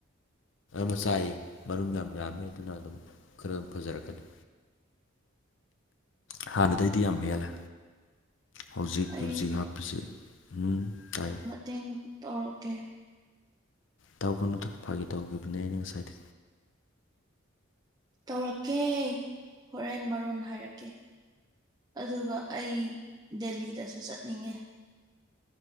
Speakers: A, on the left (about 65°); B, on the right (about 20°).
A: ꯃꯁꯥꯏ ꯃꯔꯨꯝ ꯌꯥꯝ ꯌꯥꯝꯃꯦ ꯑꯗꯨꯅ ꯑꯗꯨꯝ ꯈꯔ ꯑꯗꯨꯝ ꯐꯖꯔꯛꯀꯅꯤ ꯑ ꯍꯥꯟꯅꯗꯩꯗꯤ ꯌꯥꯝ ꯍꯦꯜꯂꯦ ꯍꯧꯖꯤꯛ
B: ꯑꯩ
A: ꯍꯧꯖꯤꯛ ꯍꯥꯞꯄꯁꯦ ꯍꯨꯝ ꯇꯥꯏ
B: ꯇꯦꯡ ꯇꯧꯔꯛꯀꯦ
A: ꯇꯧꯒꯅꯨꯗꯣ ꯐꯥꯒꯤ ꯇꯧꯒꯤꯕꯅꯦ ꯑꯩꯅ ꯉꯁꯥꯏꯗꯤ
B: ꯇꯧꯔꯛꯀꯦ ꯍꯣꯔꯦꯟ ꯃꯔꯣꯟ ꯍꯥꯏꯔꯛꯀꯦ ꯑꯗꯨꯒ ꯑꯩ ꯗꯦꯜꯂꯤꯗꯁꯨ ꯆꯠꯅꯤꯡꯉꯦ